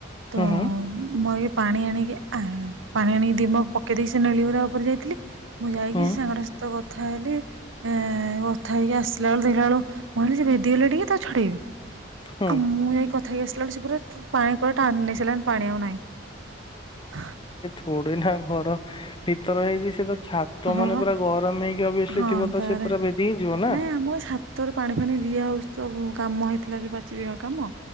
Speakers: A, on the right; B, on the left.
A: ତ
B: ହୁଁ ହୁଁ
A: ମୁଁ ଆଗେ ପାଣି ଆଣିକି ଆ ପାଣି ଆଣିକି ଦି ମଗ ପକେଇ ଦେଇ ସେ ନେଳି ଗୁରା ଉପରେ ଯାଇଥିଲି ମୁଁ ଯାଇକି
B: ହୁଁ
A: ସେ ସାଙ୍ଗଟା ସହିତ କ ଥାଲେ ଏ କଥା ହେଇକି ଆସିଲା ବେଳ ଦେଖିଲା ବେଳୁ ମହିଲ ଯ ଭେଦିଗଲେ ଟିକେ ତାକୁ ଛଡେଇବି
B: ହୁଁ
A: ଆଉ ମୁଁ ଯାଇ କଥା ହେଇ ଆସିି ଳୀୁରା <unintelligible> ପାଣି କୁଆ ଟାଣିି ନେସାଲାଣି ପାଣି ଆଉ ନାଇଁ
B: ପୁଡିନା ଘର ଭିତର ହେଇଛି ସେ ତ ଛାତ
A: ହଁ
B: ମାନେ
A: ବା
B: ପୁରା ଗରମ ହେଇକି ଅବୁଅସଲି
A: ହଁ
B: ଥିବ
A: ତାରେ
B: ତ ସେ ପୁରା ଭେଦି ହେଇଯିବ ନା
A: ନାଇଁ ଆମର ଛାତରେ ପାଣି ଫାଣି ଦିଆ ହଉଛି ତ ବୁ କାମ ହେଇଥିଲା ଯୋଉ ପାଚେର ହକା କାମ